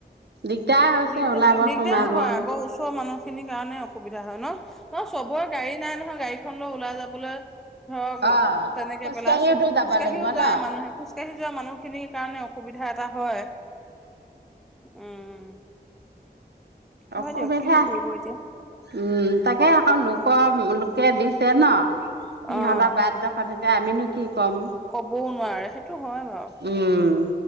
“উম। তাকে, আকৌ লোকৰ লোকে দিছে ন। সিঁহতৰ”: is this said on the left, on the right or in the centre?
Right